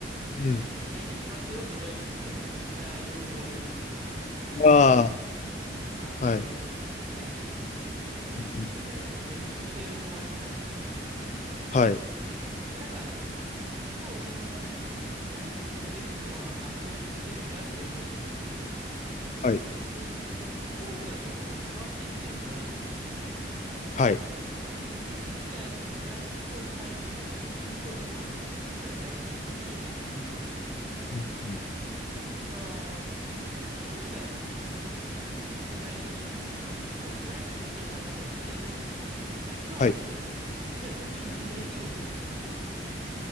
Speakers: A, on the right (about 35°); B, on the left (about 40°).
A: にし内定決まったよって親に言ったらめちゃくちゃ喜ばれるみたいな。
B: うん
A: ああ、これ安心や、
B: あ
A: みたいな。盤石の体制で。
B: あ、はい。
A: そう。
B: うんうん、
A: みたいなんかめちゃくちゃ喜ばれてたんですよね。
B: はい。
A: で、なんか、聞くと、その、大企業っていう部分は、あ、共通してるんだって思ったんですけど、
B: はい。
A: 多分その、ゴールはちょっともう変わってきてるんだなって思って、
B: はい。
A: 僕たちの時はやっぱその大企業に入ったら終身雇用で安定するから大企業がいいよねって感じだったんですよね。
B: うんうん
A: だから、その、年寄さんの世代からすると、もう大企業に入りたいけれど、行く先は、
B: はい。
A: んじゃあ逆になんで大企業を求めてるんですか